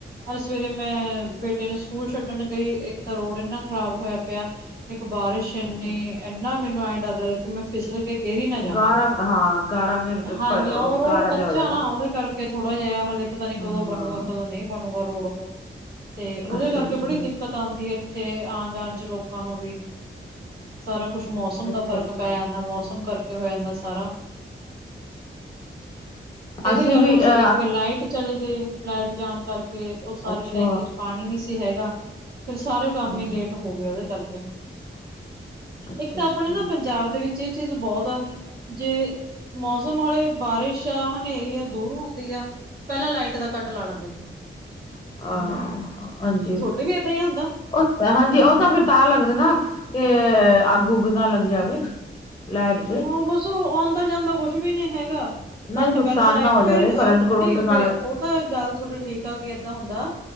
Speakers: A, on the right; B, on the left.
A: ਅੱਜ ਸਵੇਰੇ ਮੈਂ ਬੇਟੇ ਨੂੰ ਸਕੂਲ ਛੱਡਣ ਗਈ, ਇੱਕ ਤਾਂ ਰੋਡ ਇੰਨਾ ਖ਼ਰਾਬ ਹੋਇਆ ਪਿਆ। ਇੱਕ ਬਾਰਿਸ਼ ਐਨੀ।
B: ਅੱਛਾ ਅੱਛਾ
A: ਐਨਾ ਮੈਨੂੰ ਐ ਡਰ ਲੱਗੇ, ਕਿ ਮੈਂ ਫਿਸਲ ਕੇ ਗਿਰੀ ਨਾ ਜਾਵਾਂ।
B: ਗਾਰਾ ਹਾਂ ਗਾਰਾ ਮਿਲ
A: ਹਾਂਜੀ ਹਾਂ, ਉਹ ਰੋਡ
B: ਗਾਰਾ
A: ਕੱਚਾ
B: ਜਿਹਾ ਹੋ ਜਾਂਦਾ
A: ਨਾ। ਉਹਦੇ ਕਰਕੇ ਥੋੜਾ ਜਿਹਾ ਹਲੇੇ ਪਤਾ ਨੀ,
B: ਹਾਂ
A: ਕਦੋਂ ਬਣੂਗਾ ਕਦੋਂ ਨਹੀਂ ਬਣੂਗਾ ਰੋਡ ਉਹੋ। ਤੇ ਉਹਦੇ
B: ਅੱਛਾ
A: ਕਰਕੇ
B: ਅੱਛਾ
A: ਬੜੀ ਦਿੱਕਤ ਆਂਦੀ ਐ। ਏਥੇ ਆਣ ਜਾਣ ਚ ਲੋਕਾਂ ਨੂੰ ਵੀ ਸਾਰਾ ਕੁਛ ਮੌਸਮ
B: ਅੱਛਾ-ਅੱਛਾ।
A: ਦਾ ਫ਼ਰਕ ਪੈ ਜਾਂਦਾ, ਮੌਸਮ ਕਰਕੇ ਹੋ ਜਾਂਦਾ ਸਾਰਾ।
B: <inaudible>
A: ਇਹਦੇ
B: ਅਸੀਂ
A: ਕਰਕੇ
B: ਵੀ
A: ਬਸ
B: ਅ
A: ਇੱਕ ਲਾਈਟ ਚਲੀ ਗਈ, ਲਾਈਟ ਜਾਣ ਕਰਕੇ ਉਹ ਸਾਰੇ
B: ਅੱਛਾ
A: ਟੈਂਕੀ ਚ ਪਾਣੀ ਨੀ ਸੀ ਹੈਗਾ। ਫਿਰ ਸਾਰੇ ਕੰਮ
B: ਹਾਂ
A: ਹੀ ਲੇਟ ਹੋ ਗਏ ਉਹਦੇ ਕਰਕੇ,
B: ਅੱਛਾ-ਅੱਛਾ
A: ਇੱਕ ਤਾਂ ਆਪਣੇ ਨਾ ਪੰਜਾਬ ਦੇ ਵਿੱਚ ਇਹ ਚੀਜ਼ ਬਹੁਤ ਆ, ਜੇ ਮੌਸਮ ਆਲੇ ਬਾਰਿਸ਼ ਆ ਹਨਾ ਹਨੇਰੀਆ ਦੂਰ ਹੁੰਦੀ ਆ, ਪਹਿਲਾਂ ਲਾਈਟ ਦਾ ਕੱਟ ਲਾ ਲੈਂਦੇ ਨੇ,
B: ਹਾਂ ਹਾਂਜੀ
A: ਥੋਡੇ ਵੀ ਏਦਾਂ ਹੀ ਹੁੰਦਾ।
B: ਉਹ ਹਾਂਜੀ ਉਹ ਤਾਂ ਫੇਰ ਤਾਂ ਲੱਗਦਾ ਨਾ, ਕਿ ਅੱਗ ਉੱਗ ਨਾ ਲੱਗ ਜਾਵੇ। ਲੈਟ।
A: ਹਾਂ ਬਸ, ਆਉਂਦਾ ਜਾਂਦਾ ਕੁਛ ਵੀ ਨੀ ਹੈਗਾ। ਕੱਟ
B: ਨਹੀਂ ਨੁਕਸਾਨ
A: ਪਹਿਲਾਂ, ਲਾਈਟ
B: ਨਾ ਹੋ ਜਾਵੇ
A: ਫੇਰ
B: ਕਰੰਟ ਕਰੰਟ
A: ਨੀ
B: ਨਾ
A: ਫੇਰ
B: ਲੱਗ
A: ਓਹ ਪਰ ਗੱਲ ਥੋਡੀ ਠੀਕ ਆ ਕਿ ਏਦਾਂ ਹੁੰਦਾ,